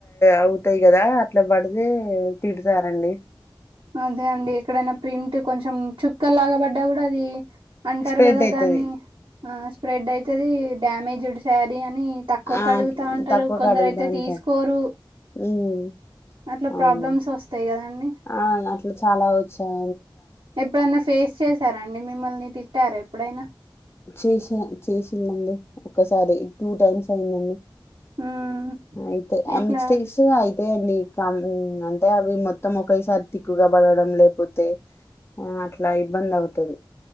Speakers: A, on the left (about 30°); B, on the right (about 85°).
A: అవుతాయి కదా అట్లా పడితే తిడతారండి
B: అదే అండి ఎక్కడైనా ప్రింట్ కొచం చుక్క లాగా పడ్డా కూడా అది అంటారు
A: స్ప్రెడ్
B: కదా
A: అయితది.
B: దాన్ని ఆ స్ప్రెడ్ అవుతది డ్యామేజ్డ్ సారీ అని తక్కువక
A: ఆ!
B: అడుగుతా ఉంటారు
A: తక్కువ
B: కొందరు
A: కడుగుతా
B: అయితే
A: ఉంటారు.
B: తీసుకోరు
A: హ్మ్.
B: అట్లా
A: అవును.
B: ప్రోల్మ్స్ వస్తాయి కదా అండి
A: ఆ అట్లా చాలా వచ్చాయి
B: ఎప్పుడన్నా ఫేస్ చేసారండి మిమ్మల్ని తిట్టారా ఎప్పుడైనా
A: చూసా చూసామంది ఒకసారి టూ టైమ్స్ అయిందండి
B: మ్మ్
A: ఆయితే ఆ
B: ఇట్లా
A: మిస్సేట్ల ఆయి అంతే అండి కామన్ అంటే మొత్తం ఒకేసారి తికుగా పడడం లేకపోతే ఆ అట్లా ఇబ్బంది అవుతాది